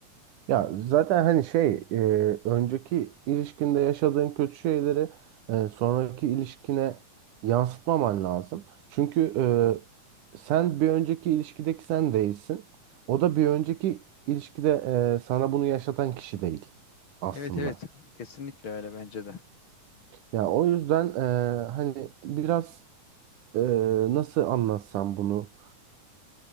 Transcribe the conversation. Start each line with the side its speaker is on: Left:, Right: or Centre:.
Right: Ya zaten hani şey e, önceki ilişkinde yaşadığın kötü şeyleri e, sonraki ilişkine yansıtmaman lazım. Çünkü e, sen bir önceki ilişkideki sen değilsin. O da bir önceki ilişkide e, sana bunu yaşatan kişi değil aslında.
Left: Evet evet kesinlikle öyle bence de.
Right: Ya o yüzden e, hani biraz e, nasıl anlatsam bunu?